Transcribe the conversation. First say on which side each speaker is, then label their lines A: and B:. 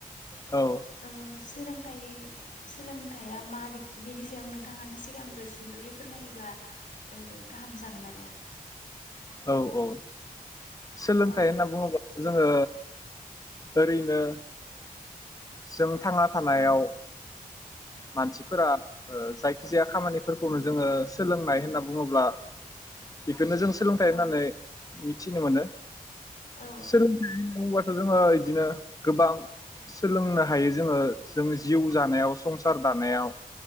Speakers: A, on the left; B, on the left.
A: औ
B: ओ सोलोंथाइ सोलोंथाइया मा बेनि सायाव नोंथाङानो सिगांग्रो सुंदयै फोरमायोब्ला ओ गाहाम जागोन आरो
A: औ औ औ सोलोंथाइ
B: औ
A: होनना बुङोब्ला जोङो ओरैनो जों थांना थानायाव
B: औ
A: मानसिफोरा ओ जायखि जाया खामानिफोरखौनो जोङो सोलोंनाय होनना बुङोब्ला बेखौनो जों थाइ होननानै
B: औ
A: मिथिनो मोनो
B: औ
A: सोलोंथाइ होनना बुंबाथ जोङो इदिनो गोबां सोलोंनो हायो जोङो जों जिउ जानायाव संसार दानायाव